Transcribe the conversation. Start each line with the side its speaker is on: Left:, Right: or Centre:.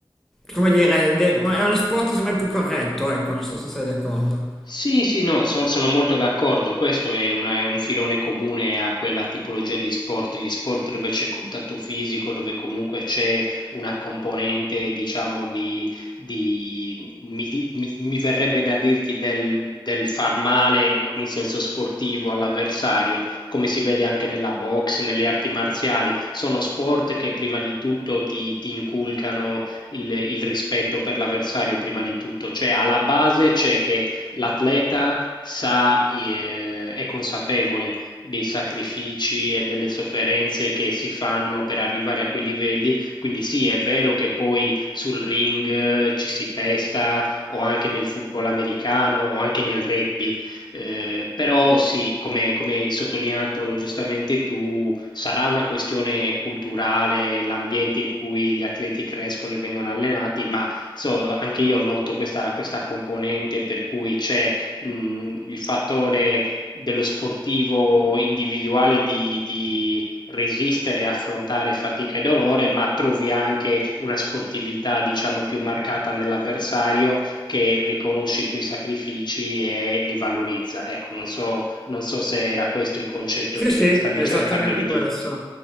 Centre: come dire, de- è uno sport secondo me più corretto, ecco, non so se sei d'accordo.
Left: Sì, sì, no, so- sono molto d'accordo. Questo è, una- è un filone comune a quella tipologia di sport, gli sport dove c'è contatto fisico, dove comunque c'è una componente, diciamo, di, di- mi, di- mi- mi verrebbe da dirti del, del far male in, in senso sportivo all'avversario, come si vede anche nella box, nelle arti marziali. Sono sport che prima di tutto ti, ti inculcano il il rispetto per l'avversario, prima di tutto. Cioè, alla base c'è che L'atleta sa, eh, è consapevole dei sacrifici e delle sofferenze che si fanno per arrivare a quei livelli, quindi sì, è vero che poi sul ring eh, ci si pesta o anche nel football americano o anche nel rugby, eh, però sì, come, come hai sottolineato giustamente tu, sarà una questione culturale, l'ambiente in cui gli atleti crescono e vengono allenati, ma So, anche io noto questa, questa componente per cui c'è mh, il fattore dello sportivo individuale di, di resistere, e affrontare fatica e dolore, ma trovi anche una sportività, diciamo, più marcata nell'avversario che riconosce i tuoi sacrifici e li valorizza. Ecco, non so, non so se era questo il concetto
Centre: Sì,
Left: che
Centre: sì, è
Left: stavi
Centre: esattamente
Left: cercando di dire.
Centre: questo.